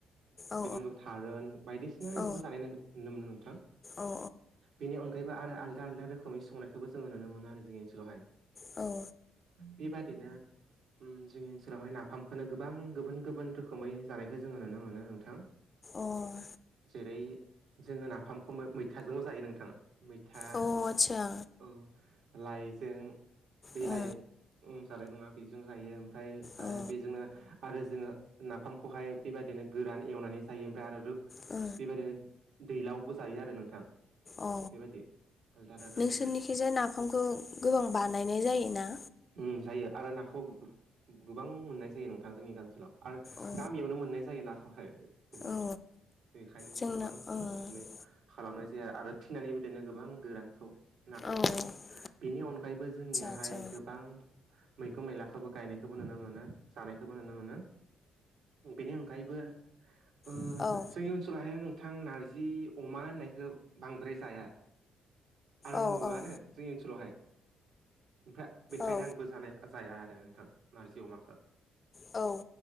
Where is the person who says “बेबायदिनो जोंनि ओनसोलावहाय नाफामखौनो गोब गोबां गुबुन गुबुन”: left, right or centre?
Right